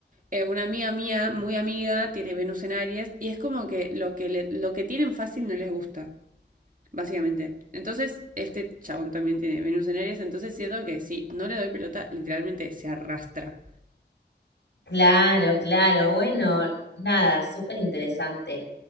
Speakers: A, on the right; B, on the left.
A: eh, una amiga mía, muy amiga, tiene Venus en Aries y es como que lo que, le- lo que tienen fácil no les gusta, básicamente. Entonces, este chabón también tiene Venus en Aries, entonces siento que si no le doy pelota, literalmente se arrastra.
B: Claro, claro. Bueno, nada, súper interesante.